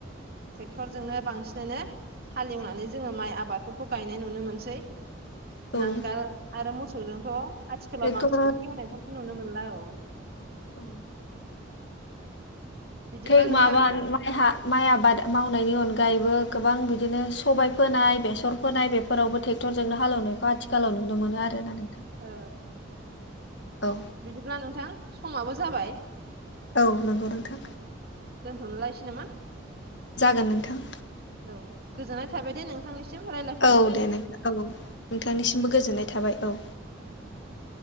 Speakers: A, on the right; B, on the left.
A: ट्रेक्टरजोंनो बांसिनानो हालेवनानै जोङो माइ आबादफोरखौ गायनाय नुनो मोनसै। <inaudible> नांगोल
B: औ
A: आरो मोसौजोंथ' आथिखालाव
B: ट्रेक्टर
A: बांसिन एवनायफोरखौ नुनो मोनला औ।
B: औ
A: बिदिब्ला
B: खाय
A: नोंथां
B: माबा माइहा माइ आबाद मावनायनि अनगायैबो गोबां बिदिनो सबाय फोनाय बेसर फोनाय बेफोरावबो ट्रेक्टरजोंनो हालौनायखौ आथिखालाव नुनो मोनो आरोना नोंथां।
A: औ
B: औ
A: बिदिब्ला नोंथां समाबो जाबाय।
B: औ नंगौ नोंथां।
A: औ दोनथ'लायसै नामा?
B: जागोन नोंथां।
A: औ गोजोननाय थाबाय दे नोंथांनिसिम रायलाय
B: औ दे नोंथां औ नोंथांनिसिमबो गोजोननाय थाबाय औ।
A: औ <unintelligible>